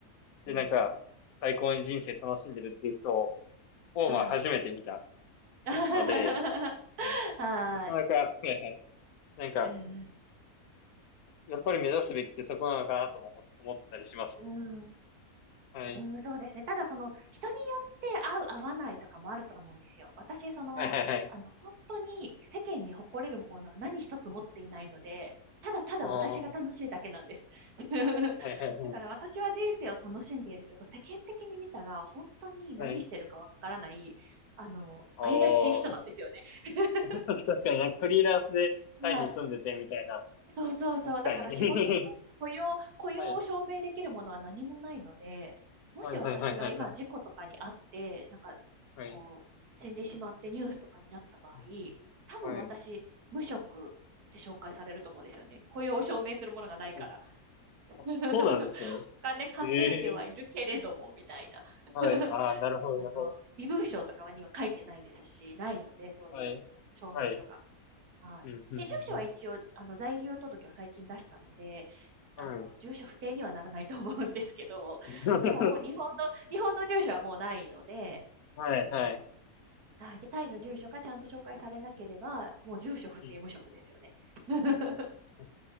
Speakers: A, on the left (about 75°); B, on the right (about 85°).
A: で、
B: うん。
A: なんか、最高に人生楽しんでるっていう人を、
B: はい。
A: まあ、初めて見た
B: はい。<laughs>
A: ので、うん。
B: はい。
A: なかなか、はいはい。なんか、
B: うん。
A: やっぱり目指すべきってそこなのかなとも思思ったりしますね。
B: うん、
A: はい。
B: うん、そうですね。ただ、その、人によって合う、合わないとかもあると思うんですよ。私、その、
A: はいはいはい。
B: あの、本当に世間に誇れるものは何一つ持っていないので、ただただ私が楽しいだけなんです。
A: おー。
B: <laughs>
A: はいはいはい。
B: だから私は人生を楽しんでいるけど、世間的に見たら本当に何してるかわからない、
A: はい。
B: あの、
A: おー。
B: 怪しい人なんですよね。<laughs>
A: <laughs> 確かになんかフリーランスでタイに住んでてみたいな。
B: はい。そうそうそう。
A: 確かに。
B: だから仕事も雇用、
A: <laughs>
B: 雇用を証明できるものは何もないので、
A: はい。
B: もし私が今事故とかにあって、
A: はいはいはいはいはい。
B: なんか、
A: はい。
B: こう、死んでしまってニュースとかになった場合、
A: うん
B: 多分私、
A: はい。
B: 無職って紹介されると思うんですよね。雇用を証明するものがないから。
A: そう
B: <laughs>
A: あそうなんですね。
B: お金稼いではいるけれども、
A: ええ
B: みたいな。
A: はい。
B: <laughs>
A: ああ、なるほどなるほど。
B: あの、身分証とかには書いてないですし、ないので、そういう証明書が。
A: はい。はい。
B: はい。
A: うん、うん、
B: で、
A: うん。
B: 住所は一応、
A: うん
B: あの、在留届を最近出したので、
A: はい。
B: あの、住所不定にはならないと思うんですけど、
A: <laughs>
B: でももう日本の、日本の住所はもうないので、
A: はい、
B: あの、
A: はい。
B: はい。で、タイの住所がちゃんと紹介されなければ、もう住所不定無職ですよね。
A: うん
B: <laughs>
A: <laughs>。